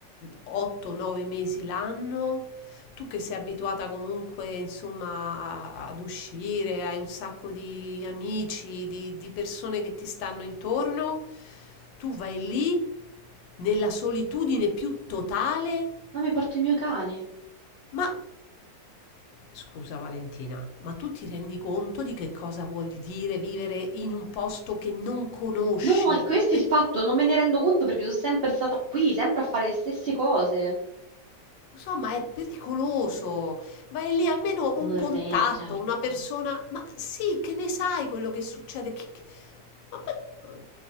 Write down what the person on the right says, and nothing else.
Ma mi porto il mio cane.
No, è questo
il fatto, non me ne rendo conto perché sono sempre stata qui, sempre a fare le stesse cose.
Norvegia.